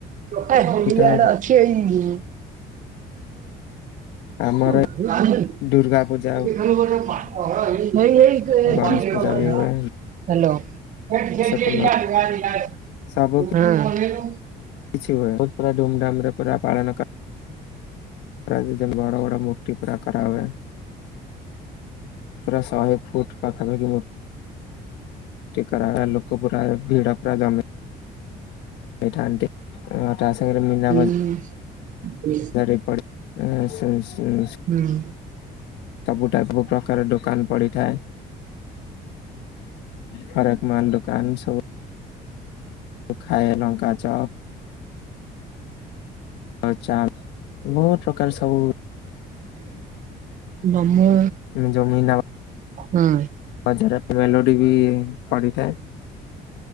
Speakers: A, on the right; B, on the left.
A: ହେ ହେଇଆଡେ
B: ବିଟା
A: ଅଛି ଏଇ
B: ଆମର
A: <inaudible>
B: ଦୁର୍ଗା ପୂଜା ହଉ
A: ହ୍ୟାଲୋ।
B: ଗଣେଶ ପୂଜା ବି ହୁଏ
A: <unintelligible>
B: ବିଶ୍ୱକର୍ମା ସବୁ କିଛି ହୁଏ ବହୁ ପୁରା ଧୁମଧାମ ରେ ପୁର ପାଳନ ଜ ବଡ଼ ବଡ ମୂର୍ତ୍ତି ପୁରା କରାହୁଏ। ପୁରା ଶହେ ଫୁଟ କ ଭାବିକି ମୋର କର ଲୋକ ପୁରା ଭିଡା ପୁରା ଜମେ ହେଇଥାନ୍ତି, ତା ସାଙ୍ଗରେ ମିନା ବ
A: ହୁଁ ଉଁ ହୁଁ ଉଁ
B: <unintelligible>
A: ହୁଁ ଉଁ
B: ସବୁ ଟାଇପ ପ୍ରକାର ଦୋକାନ ପଡିଥାଏ। ହର ଏକ ମାଲ ଦୋକାନ ସବ ଉଖାଏ ଲଙ୍କା ଚପ ଆଉ ଚା, ବହୁତ ପ୍ରକାର ସବୁ
A: ମମ
B: ଯୋଉ ମୀନା
A: ହଁ
B: ବଜାର ମେଲୋଡି ବି ପଡ଼ିଥାଏ।